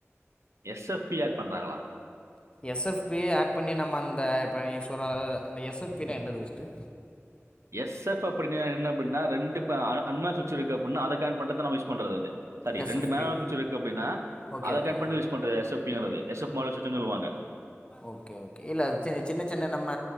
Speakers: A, on the right; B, on the left.
A: எஸ்-எப்-பி ஹாக் பண்றாங்களா
B: எஸ்-எப்-பி ஆட் பண்ணி நம்ம அந்த ஈஸ்வரா எஸ்-எப்-பி நா என்னது பஸ்ட்டு
A: எஸ்-எஃப் அப்டினா என்ன அப்படின்னா ரெண்டு அன்ம இருக்க அப்டினா அத கரெக்ட் பண்றதா நாம யூஸ் பண்றது அது சரி
B: எஸ்எஃப்பி
A: ரெண்டு மேனவல் சுட்ச் இருக்கு அப்படின்ன
B: ஓகே
A: அத
B: ஓகே
A: கட் பண்ணிட்டு யூஸ் பண்றது எஸ்-எப் - ங்கிறது எஸ்- எப் -மாடல் சுவிட்சு சொல்லுவாங்க
B: ஓகே ஓகே இல்ல ச சின்ன சின்ன நம்ம